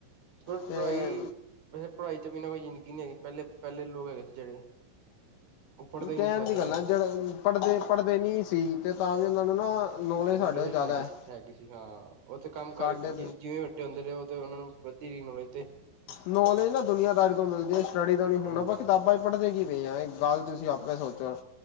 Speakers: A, on the right (about 50°); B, on the left (about 80°).
A: ਪਰ
B: ਤੇ
A: ਪੜ੍ਹਾਈ। ਵੈਸੇ ਪੜ੍ਹਾਈ ਤੋਂ ਬਿਨਾਂ ਕੋਈ ਜ਼ਿੰਦਗੀ ਨੀ ਹੈਗੀ, ਪਹਿਲੇ- ਪਹਿਲੇ ਲੋਕ ਹੈਗੇ ਸੀ ਜਿਹੜੇ। ਉਹ ਪੜ੍ਹਦੇ ਹੀ
B: ਕਹਿਣ
A: ਨਹੀਂ ਸੀ ਵੈਸੇ
B: ਦੀ ਗੱਲਾਂ
A: ਦੇ
B: ਜ ਪੜ੍ਹਦੇ ਪੜ੍ਹਦੇ ਨਹੀਂ ਸੀ ਤੇ ਤਾਂ ਵੀ ਉਹਨਾਂ ਨੂੰ ਨਾ। ਨੌਲੇਜ
A: ਮੁੰਡੇ
B: ਸਾਡੇ
A: ਜ
B: ਤੋਂ ਜ਼ਿਆਦਾ
A: ਹੈਗੀ ਸੀ
B: ਹੈ
A: ਹੈਗੀ ਸੀ ਹਾਂ ਉੱਥੇ ਕੰਮ
B: ਸਾਡੇ
A: ਕਰਕੇ ਜਿ ਜਿਵੇਂ ਹੁੰਦੇ ਤੇ ਉਹਨਾਂ ਨੂੰ ਪ੍ਰਤੀ ਨੌਲੇਜ ਤੇ।
B: ਨੌਲੇਜ ਨਾ ਦੁਨੀਆਂਦਾਰੀ ਤੋਂ ਮਿਲਦੀ ਹੈ ਸਟੱਡੀ ਤੋਂ ਨਹੀਂ ਹੁਣ
A: ਹਾਂ
B: ਆਪਾ ਕਿਤਾਬਾਂ। ਪੜ੍ਹਦੇ ਕੀ ਪਏ ਆ। ਇਹ ਗੱਲ ਤੁਸੀਂ ਆਪੇ ਸੋਚੋ